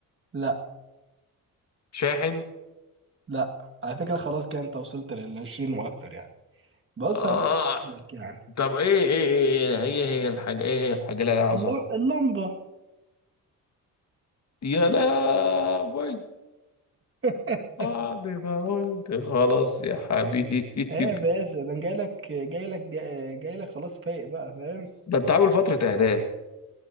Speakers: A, on the right (about 35°); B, on the left (about 50°).
A: لا
B: شاحن
A: لا على فكره خلاص كده انت وصلت لل 20 واكتر يعني بص
B: آه
A: انا ممكن أقولها لك يعني
B: طب ايه ايه ايه ايه، هي هي الحاجة ايه هي الحاجة اللي انا عاوز
A: الل-
B: اعرفها
A: اللمبه
B: يا لهوي
A: <laughs>
B: بعد ما قلت خلاص يا حبيبي
A: ايه يا
B: <laughs>
A: باشا ده انا جاي لك جاي لك جاي لك خلاص فايق بقى فاهم
B: ده انت عامل فترة اعداد